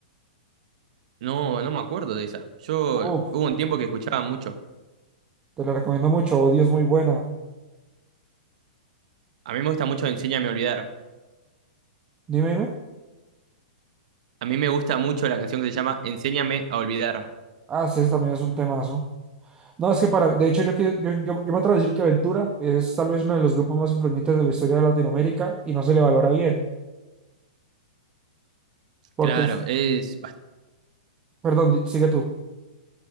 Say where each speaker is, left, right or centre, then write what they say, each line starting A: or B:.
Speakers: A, on the right; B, on the right.
A: no, no me acuerdo de esa. Yo
B: Uf,
A: hubo un tiempo que escuchaba mucho.
B: te la recomiendo mucho, Odio es muy buena.
A: A mí me gusta mucho Enséñame a olvidar.
B: Dime, dime.
A: A mí me gusta mucho la canción que se llama Enséñame a olvidar.
B: Ah, sí, ese también es un temazo. No, es que para, de hecho, yo, quiero- yo, yo, yo me atrevo a decir que Aventura es tal vez uno de los grupos más influyentes de la historia de Latinoamérica y no se le valora bien, porque
A: Claro,
B: es,
A: es bast-
B: perdón, di- sigue tú.